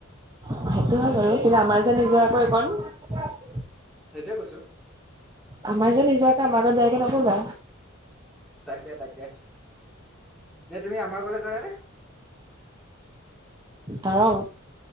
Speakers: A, on the right; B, in the centre.
A: সেইটো হয় বাৰু। কিন্তু, আমাৰ যে নিজৰ আ'ক এইকণ।
B: সেইটোৱে কৈছোঁ।
A: আমাৰ যে নিজৰ আমাৰ আগত বেয়াকে নকবা।
B: তাকে, তাকে। নে, তুমি আমাৰ ঘৰলে যোৱাগে নে?
A: দৰং,